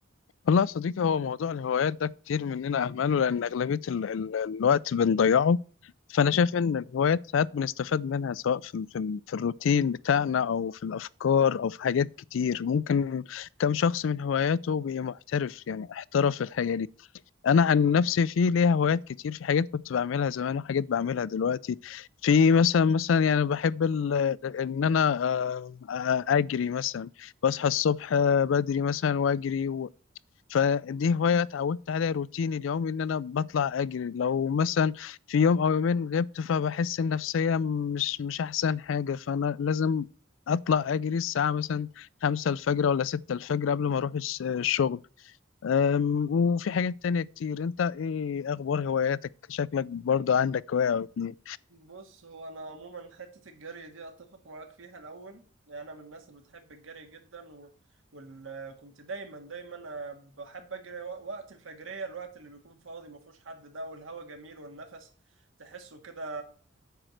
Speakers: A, on the left; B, on the right.
A: والله يا صديقي هو موضوع الهوايات ده كتير مننا أهمله لأن أغلبية ال ال الوقت بنضيعه فأنا شايف إن الهوايات ساعات بنستفاد منها سواء في ال في, ال في الروتين بتاعنا أو في الأفكار أو في حاجات كتير ممكن كم شخص من هواياته بقي محترف يعني احترف في الحاجة دي أنا عن نفسي في ليا هوايات كتير في حاجات كنت بعملها زمان وحاجات بعملها دلوقتي في مثلا مثلا يعني بحب ال إن أنا آه، آه، أجري مثلا بصحى الصبح آه، بدري مثلا وأجري فدي هواية اتعودت عليها روتيني اليومي إن أنا بطلع أجري لو مثلا في يوم أو يومين غبت فبحس النفسية مش مش أحسن حاجة فأنا لازم أطلع أجري الساعة مثلا خمسة الفجر ولا ستة الفجر قبل ما أروح الش- الشغل أم، وفي حاجات تانية كتير أنت إيه أخبار هواياتك شكلك برضو عندك هواية أو اتنين
B: بص هو انا عموما حته الجري دي اتفق معاك فيها الاول يعني انا من الناس اللي بتحب الجري جدا و... وال... كنت دايما دايما أنا بحب اجري و... وقت الفجريه الوقت اللي بيكون فاضي ما فيهوش حد ده والهواء جميل والنفس تحسه كده